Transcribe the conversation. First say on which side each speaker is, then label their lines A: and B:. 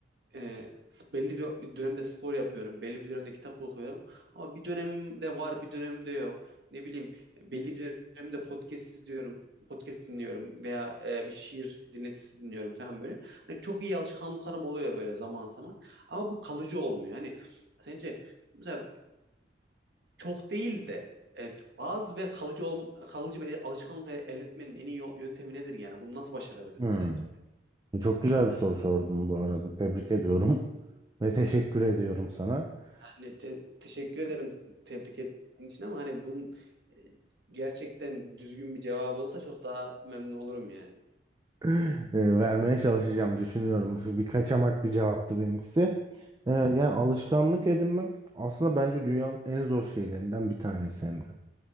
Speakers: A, on the right; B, on the right.
A: e, belli bir, bir dönemde spor yapıyorum, belli bir dönemde kitap okuyorum ama bir dönemimde var, bir dönemimde yok. Ne bileyim, e, belli bir dönemde podcast izliyorum, podcast dinliyorum veya e, bir şiir dinletisi dinliyorum falan böyle. Hani çok iyi alışkanlıklarım oluyor böyle zaman zaman ama bu kalıcı olmuyor. Hani sence mesela çok değil de e, az ve kalıcı ol, kalıcı bir alışkanlık elde etmenin en iyi yol- yöntemi nedir yani? Bunu nasıl başarabilirim
B: Hmm.
A: sence?
B: Çok güzel bir soru sordun bu arada. Tebrik ediyorum <laughs> ve teşekkür ediyorum sana. <laughs>
A: Hani te- teşekkür ederim tebrik ettiğin için ama hani bunun e, gerçekten düzgün bir cevabı olsa çok daha memnun olurum yani.
B: Ee, vermeye çalışacağım düşünüyorum. <laughs> Bir kaçamak bir cevaptı benimkisi. Ee, yani alışkanlık edinmek aslında bence dünyanın en zor şeylerinden bir tanesi Emre.